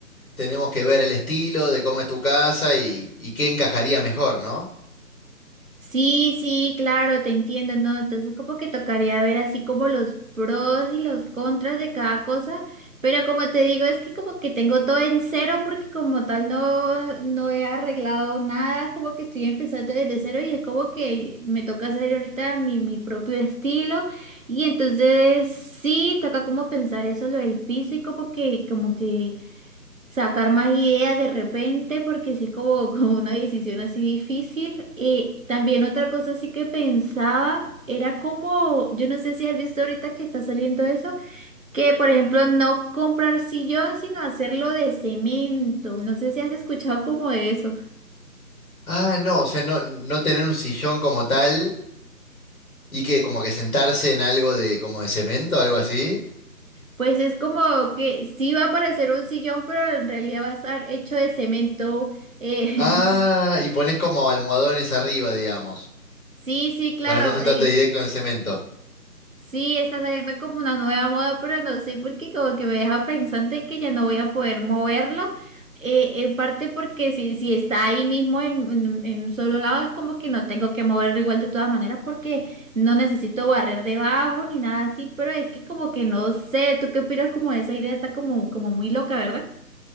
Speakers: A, on the left; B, on the right.
A: tenemos que ver el estilo de cómo es tu casa y, y qué encajaría mejor, ¿no?
B: Sí, sí, claro, te entiendo, ¿no? Entonces como que tocaría ver así como los pros y los contras de cada cosa, pero como te digo, es que como que tengo todo en cero porque como tal no, no he arreglado nada, como que estoy empezando desde cero y es como que me toca hacer ahorita mi, mi propio estilo y entonces sí, toca como pensar eso, lo del piso y como que, como que sacar más ideas de repente, porque sí es como, <laughs> como una decisión así difícil. Y también otra cosa así que pensaba era como, yo no sé si has visto ahorita que está saliendo eso, que por ejemplo no comprar sillón, sino hacerlo de cemento. No sé si has escuchado como de eso.
A: Ah, no, o sea, no, no tener un sillón como tal y que como que sentarse en algo de como de cemento, algo así.
B: Pues es como que sí va a parecer un sillón, pero en realidad va a estar hecho de cemento. eh,
A: Ah, y pones como almohadones arriba, digamos,
B: <laughs> Sí, sí, claro.
A: para no sentarte
B: eh,
A: directo en el cemento.
B: Sí, está saliendo como una nueva moda, pero no sé por qué como que me deja pensante que ya no voy a poder moverlo. Eh, en parte porque si, si está ahí mismo en, en- en un solo lado, es como que no tengo que moverlo igual de todas maneras porque no necesito barrer debajo ni nada así, pero es que como que no sé, ¿tú qué opinas como de esa idea? Está como, como muy loca, ¿verdad?